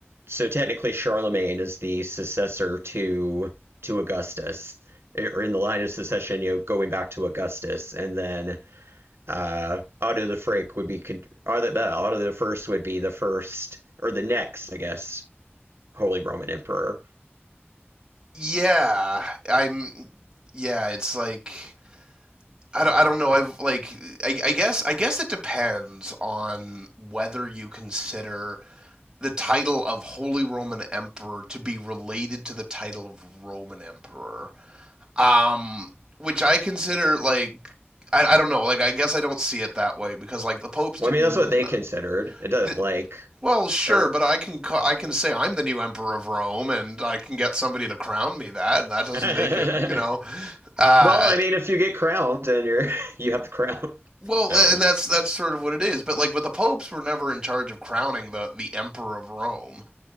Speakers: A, on the right; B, on the right.
A: so technically Charlemagne is the successor to to Augustus or in the line of succession, you know, going back to Augustus, and then uh, Otto the Frank would be Otto, the, Otto the First would be the first or the next, I guess, Holy Roman Emperor.
B: Yeah, I'm. Yeah, it's like I don't, I don't know. I've like I, I guess I guess it depends on whether you consider the title of Holy Roman Emperor to be related to the title of Roman Emperor, um, which I consider like I, I don't know. Like I guess I don't see it that way because like the popes
A: Well,
B: didn't.
A: I mean, that's what they considered. It doesn't
B: th-
A: like
B: well, sure,
A: or
B: but I can I can say I'm the new emperor of Rome, and I can get somebody to crown me that, and that doesn't
A: <laughs> well,
B: make it, you know. Uh,
A: I mean, if you get crowned, then you're <laughs> you have the crown. <laughs>
B: Well,
A: Uh,
B: and that's that's sort of what it is. But like, but the popes were never in charge of crowning the the emperor of Rome.